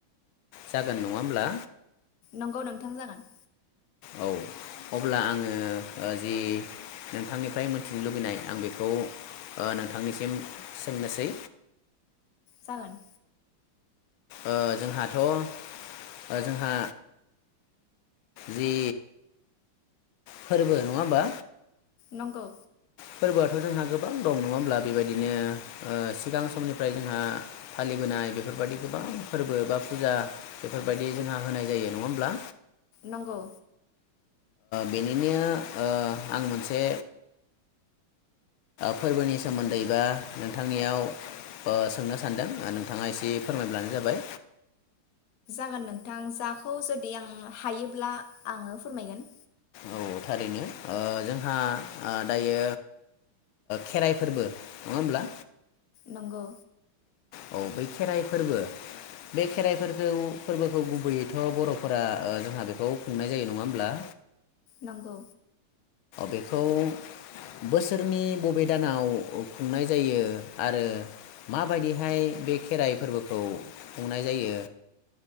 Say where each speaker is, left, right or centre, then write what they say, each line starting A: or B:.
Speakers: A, on the left; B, on the left.
A: जागोन नङा होमब्ला?
B: नंगौ नोंथां जागोन।
A: औ अब्ला आङो जि नोंथांनिफ्राय मोनथिनो लुबैनाय आं बेखौ नोंथांनिसिम सोंनोसै।
B: जागोन
A: ओ जोंहाथ ओ जोंहा जि फोरबो नङा होमबा
B: नंगौ।
A: फोरबोआथ जोंहा गोबां दं नङा होमब्ला बेबायदिनो सिगां समनिफ्राय जोंहा फालिबोनाय बेफोरबायदि गोबां फोरबो बा फुजा बेफोरबायदि जोंहा होनाय जायो नङा होमब्ला।
B: नंगौ
A: बेनिनो आं मोनसे फोरबोनि सोमोन्दै बा नोंथांनियाव सोंनो सान्दों नोंथाङा एसे फोरमायब्लानो जाबाय
B: <unintelligible> आं जाखौ जुदि आं हायो ब्ला आङो फोरमायगोन
A: औ थारैनो जोंहा दायो खेराइ फोरबो नङा होमब्ला
B: नंगौ
A: औ बै खेराइ फोरबो बे खेराइ फोरखौ फोरबोखौ गुबैयैथ बर'फोरा जोंहा बेखौ खुंनाय जायो नङा होमब्ला
B: नंगौ
A: बेखौ बोसोरनि बबे दानाव खुंनाय जायो आरो माबायदिहाय बे खेराइ फोरबोखौ खुंनाय जायो